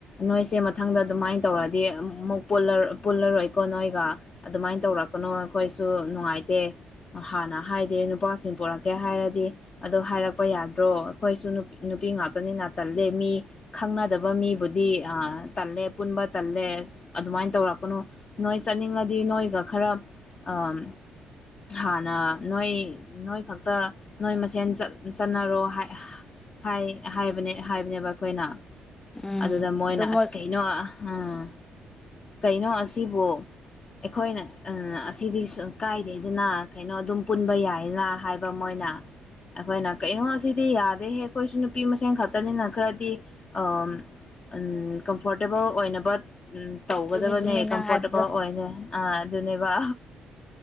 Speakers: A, on the left; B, on the left.
A: ꯅꯣꯏꯁꯦ ꯃꯊꯪꯗ ꯑꯗꯨꯃꯥꯏꯅ ꯇꯧꯔꯗꯤ ꯑꯃꯨꯛ ꯄꯨꯜꯂꯔꯣꯏ ꯄꯨꯜꯂꯔꯣꯏꯀꯣ ꯅꯣꯏꯒ ꯑꯗꯨꯃꯥꯏꯅ ꯇꯧꯔꯛꯀꯅꯨ ꯑꯩꯈꯣꯏꯁꯨ ꯅꯨꯡꯉꯥꯏꯇꯦ ꯍꯥꯟꯅ ꯍꯥꯏꯗꯦ ꯅꯨꯄꯥꯁꯤꯡ ꯄꯣꯔꯛ ꯀꯦ ꯍꯥꯏꯔꯗꯤ ꯑꯗꯣ ꯍꯥꯏꯔꯛꯄ ꯌꯥꯗ꯭ꯔꯣ ꯑꯩꯈꯣꯏꯁꯨ ꯅꯨꯄꯤ ꯉꯥꯛꯇꯅꯤꯅꯥ ꯇꯜꯂꯤ ꯃꯤ ꯈꯪꯅꯗꯕ ꯃꯤꯕꯨꯗꯤ ꯑꯥ ꯇꯜꯂꯦ ꯄꯨꯟꯕ ꯇꯜꯂꯦ ꯑꯗꯨꯃꯥꯏꯅ ꯇꯧꯔꯛꯀꯅꯣ ꯅꯣꯏ ꯆꯠꯅꯤꯡꯉꯗꯤ ꯅꯣꯏꯒ ꯈꯔ ꯑꯥ ꯍꯥꯟꯅ ꯅꯣꯏ ꯅꯣꯏꯈꯛ ꯇꯥ ꯅꯣꯏ ꯃꯁꯦꯟ ꯆꯠ ꯆꯠꯅꯔꯣ ꯍꯥ ꯍꯥꯏ ꯍꯥꯏ ꯍꯥꯏꯕꯅꯦ ꯍꯥꯏꯕꯅꯦꯕ ꯑꯩꯈꯣꯏꯅ
B: ꯎꯝ
A: ꯑꯗꯨꯗ ꯃꯣꯏꯅ
B: ꯑꯗꯣ ꯃꯣꯏ
A: ꯑꯁ ꯀꯩꯅꯣ ꯑꯝ ꯀꯩꯅꯣ ꯑꯁꯤꯕꯨ ꯑꯩꯈꯣꯏꯅ ꯑꯁꯤꯗꯤ ꯀꯥꯏꯗꯦꯗꯅ ꯀꯩꯅꯣ ꯑꯗꯨꯝ ꯄꯨꯟꯕ ꯌꯥꯏꯌꯦꯅ ꯍꯥꯏ ꯃꯣꯏꯅꯥ ꯑꯩꯈꯣꯏꯅ ꯀꯩꯅꯣ ꯑꯁꯤꯗꯤ ꯌꯥꯗꯦꯍꯦ ꯑꯩꯈꯣꯏꯁꯨ ꯅꯨꯄꯤ ꯃꯁꯦꯟ ꯈꯛꯇꯅꯤꯅ ꯈꯔꯗꯤ ꯑꯝ ꯎꯝ ꯀꯝꯐꯣꯔꯇꯦꯕꯜ ꯑꯣꯏꯅꯕ ꯇꯧꯒꯗꯕꯅꯦ
B: ꯆꯨꯝꯃꯤ ꯆꯨꯝꯃꯤ ꯅꯪ
A: ꯀꯝꯐꯣꯔꯇꯦꯕꯜ
B: ꯍꯥꯏꯕꯗꯣ
A: ꯑꯣꯏꯅ ꯑ ꯑꯗꯨꯅꯦꯕ